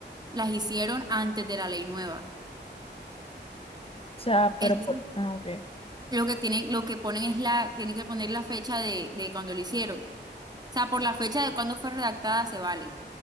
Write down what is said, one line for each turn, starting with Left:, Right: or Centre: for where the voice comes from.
Right: las hicieron antes de la ley nueva.
Left: sea, pero
Right: Entonces,
Left: por... Ah, ok.
Right: lo que tienen, lo que ponen es la, tienen que poner la fecha de, de cuando lo hicieron. O sea, por la fecha de cuando fue redactada se vale.